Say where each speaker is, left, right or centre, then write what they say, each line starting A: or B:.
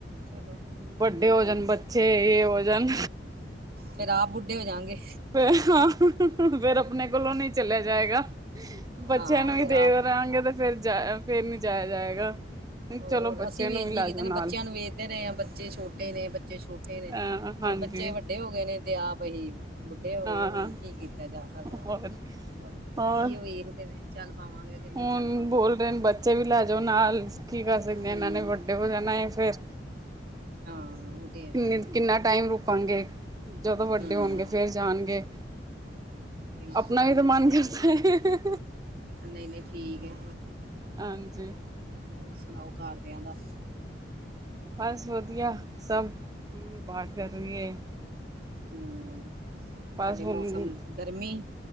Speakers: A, on the right; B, on the right.
A: ਚਲੋ
B: ਵੱਡੇ
A: ਚਲੋ
B: ਹੋ
A: ਵੇਖੋ
B: ਜਾਣ ਬੱਚੇ ਇਹ ਹੋ ਜਾਣ।
A: ਫੇਰ ਆਪ ਬੁੱਢੇ ਹੋ ਜਾਗੇ।
B: ਰੇ <unintelligible> ਆਪਣੇ ਕੋਲੋਂ ਨਹੀਂ ਚਲਿਆ ਜਾਏਗਾ। ਬੱਚਿਆਂ
A: ਹਾਂ
B: ਨੂੰ ਵੀ
A: ਫਿਰ
B: ਦੇ
A: ਆਪ
B: ਰਹਾਂਗੇ ਤੇ ਫਿਰ ਜਾਇ ਫੇਰ ਵੀ ਜਾਇਆ ਜਾਏਗਾ।
A: ਹੋਰ,
B: ਚਲੋ ਬੱਚਿਆਂ
A: ਅਸੀਂ ਵੀ
B: ਨੂੰ
A: ਇੰਝ
B: ਲੈ
A: ਹੀ ਕਿਤੇ
B: ਜਾਓ
A: ਨਾ
B: ਨਾਲ
A: ਬੱਚਿਆਂ ਨੂੰ ਵੇਖਦੇ ਰਹੇ ਹਾਂ, ਬੱਚੇ ਛੋਟੇ ਨੇ ਬੱਚੇ ਛੋਟੇ
B: ਅ
A: ਨੇ
B: ਹਾਂਜੀ।
A: ਹੁਣ ਬੱਚੇ ਵੱਡੇ ਹੋ ਗਏ ਨੇ ਦੇ ਆਪ ਅਸੀਂ ਬੁੱਢੇ ਹੋ
B: ਹਾਂ
A: ਗਏ ਹੁਣ ਕੀ ਕੀਤਾ ਜਾ ਸਕਦਾ।
B: ਹੋਰ ਹੋਰ
A: ਇ ਵੇਖ ਦੇਵੇ ਚੱਲ ਪਾਵਾਂਗੇ। ਕਿ ਨਹੀਂ
B: ਹੁਣ
A: ਚੱਲ ਪਾਵਾਂਗੇ
B: ਬੋਲ ਰਹੇ ਨੇ ਬੱਚੇ ਵੀ ਲੈ ਜਾਓ ਨਾਲ, ਕੀ ਕਰ ਸਕਦੇ
A: ਹੂੰ
B: ਇਹਨਾਂ ਨੇ ਵੱਡੇ ਹੋ ਜਾਣਾ ਹੈ ਫੇਰ
A: ਹਾਂ। ਉਹ ਤੇ ਹੈ
B: ਕਿੰਨੇ
A: ਹੀ ਹੈ।
B: ਕਿੰਨਾ ਟਾਈਮ ਰੁਕਾਂਗੇ। ਜਦੋਂ ਵੱਡੇ
A: ਹੂੰ
B: ਹੋਣਗੇ ਫਿਰ ਜਾਣਗੇ।
A: ਉਹੀ,
B: ਆਪਣਾ
A: ਨਹੀਂ
B: ਵੀ ਤਾਂ
A: ਨਹੀਂ
B: ਮਨ
A: ਸਹੀ
B: ਕਰਦਾ ਹੈ।
A: ਨਹੀਂ- ਨਹੀਂ ਠੀਕ ਹੈ।
B: ਹਾਂਜੀ।
A: ਹੋਰ ਸੁਣਾਓ ਘਰਦਿਆਂ ਦਾ?
B: ਬਸ ਵਧੀਆ ਸਭ, ਮੰਮੀ ਪਾਠ ਕਰ ਰਹੀ ਹੈ।
A: ਹੂ,
B: ਬਸ
A: ਤੁਹਾਡੇ
B: ਹੁਣ
A: ਮੌਸਮ ਗਰਮੀ